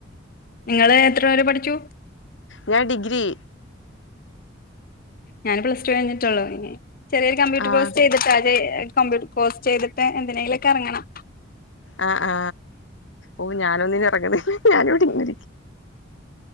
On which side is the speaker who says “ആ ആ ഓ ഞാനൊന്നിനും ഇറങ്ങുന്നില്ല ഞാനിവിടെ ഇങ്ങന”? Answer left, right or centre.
Left